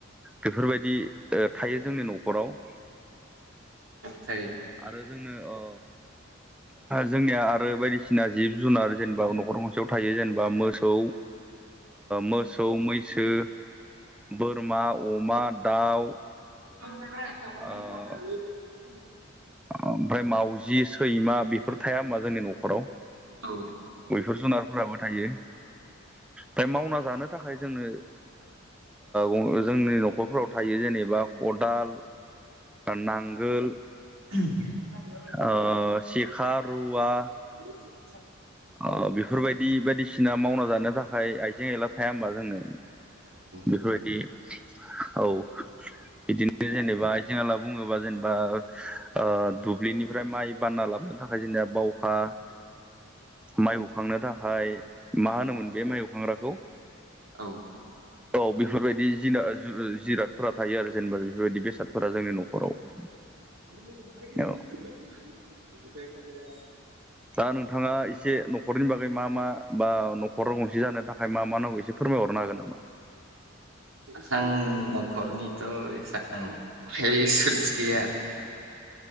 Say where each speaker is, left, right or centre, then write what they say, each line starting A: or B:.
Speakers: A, in the centre; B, on the right (about 75°).
A: बेफोरबायदि थायो जोंनि न'खराव
B: थ
A: आरो जोंनो ओ जोंनिया आरो बायदिसिना जिब जुनार जेनेबा न'खर गंसेयाव थायो जेनेबा बा मोसौ मोसौ मैसो बोरमा अमा दाउ
B: बाख
A: ओ ओमफ्राय मावजि सैमा बेफोर थाया हबा जोंनि न'खराव
B: औ
A: गयफोर जुनारफोराबो थायो। माय मावना जानो थाखाय जोंनो ओ जोंनि न'खर फोराव थायो जेनेबा खदाल नांगोल
B: <inaudible>
A: ओ सेखा रुवा ओ बेफोरबायदि बायदिसिना मावना जानो थाखाय आइ जें एला थाया होमबा जोंनो बेफोरबायदि
B: थायो
A: औ बिदिनो जेनेबा जोंनाला बुङो। जेनेबा ओ दुब्लिनिफ्राय माइ बानना लाबोनो थाखाय जेनेबा बाव हा माइ बौखांनो थाखाय मा होनोमोन बे माइ बौखांग्राखौ?
B: औ
A: औ बेफोरबायदि जिना जु जिर बोदफोरा थायो आरो जेनेबा बेफोरबायदि बेसादफोरा जोंनि न'खराव।
B: <inaudible>
A: औ दा नोंथाङा एसे न'खरनि बागै मा मा बा न'खर गंसे जानो थाखाय मा मा नांगौ एसे फोरमायहरनो हागोन नामा?
B: आं न'खरनिथ' एसां है सज गैया। <inaudible>